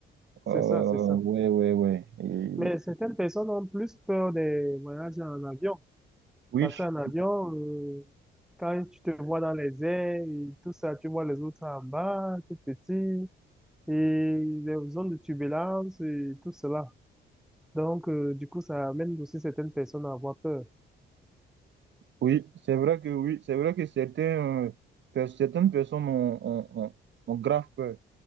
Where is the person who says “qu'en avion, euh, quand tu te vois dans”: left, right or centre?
Centre